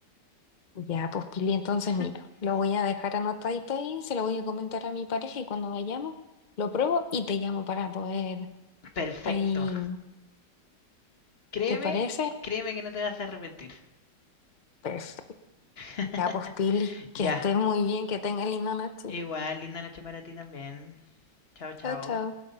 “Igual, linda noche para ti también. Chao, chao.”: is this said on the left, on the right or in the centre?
Left